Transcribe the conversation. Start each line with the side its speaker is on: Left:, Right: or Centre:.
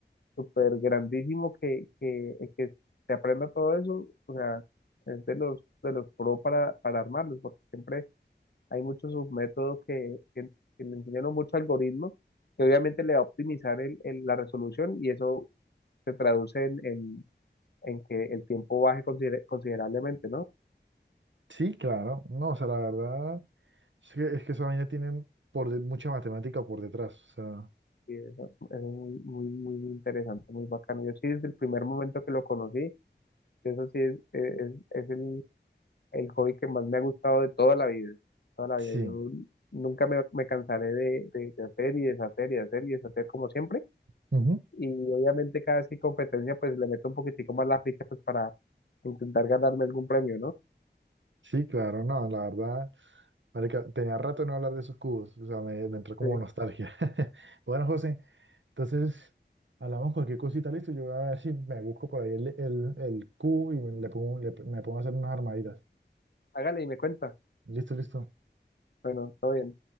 Left: súper grandísimo que, que, que se aprenda todo eso. O sea, es de los, de los pro para, para armarlos, porque siempre hay muchos submétodos que, que, que le enseñan muchos algoritmos que obviamente le va a optimizar el- el- la resolución y eso se traduce en, en- en que el tiempo baje considera- considerablemente, ¿no?
Right: sí, claro. No, o sea, la verdad es que, es que esa vaina tiene por de- mucha matemática por detrás. O sea,
Left: Y eso es muy, muy, muy interesante, muy bacano. Yo sí, desde el primer momento que lo conocí, eso sí es, es, es el, el hobby que más me ha gustado de toda la vida. Toda la
Right: sí.
Left: vida. Yo nunca me, me cansaré de, de de hacer y deshacer y hacer y deshacer como siempre
Right: Ujú.
Left: y obviamente cada vez que hay competencia pues le meto un poquitico más la ficha pues para intentar ganarme algún premio, ¿no?
Right: Sí, claro, no, la verdad. Marica, tenía rato de no hablar de esos cubos, o sea, me, me entró como
Left: Sí,
Right: nostalgia. <laughs> Bueno, José, entonces hablamos cualquier cosita, listo. Yo voy a ver si me busco por ahí el, el, el cubo y me- le pongo, le- me pongo a hacer unas armaditas.
Left: hágale y me cuenta.
Right: Listo, listo.
Left: Bueno, todo bien.